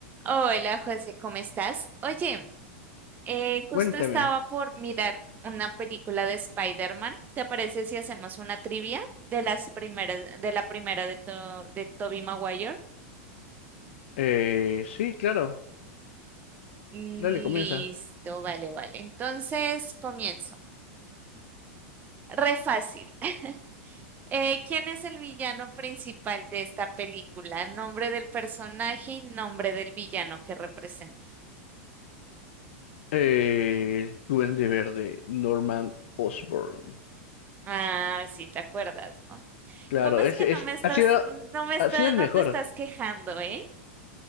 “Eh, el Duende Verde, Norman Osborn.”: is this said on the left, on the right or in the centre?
Left